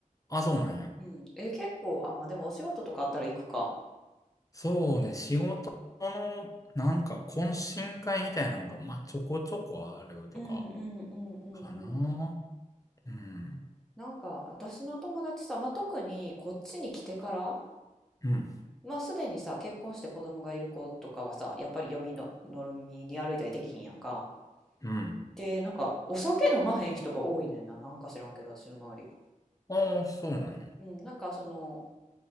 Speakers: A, on the left; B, in the centre.
A: あ、そうなんや。
B: うん。え、結構、あ、まあでもお仕事とかあったら行くか。
A: そうね、仕事の、なんか、懇親会みたいなのが、
B: うん。
A: まあ、ちょこちょこあるとか、
B: うんうんうんうんうん。
A: かな。うん。
B: なんか私の友達さ、まあ、特にこっちに来てから
A: うん。
B: まあすでにさ結婚して子供がいる子とかはさやっぱり読みの飲みに歩いたりできひんやんか。
A: うん。
B: でなんかお酒飲まへん人が多いねんななんか知らんけど私の周り。
A: ああ、そうなんや。
B: うん、なんかその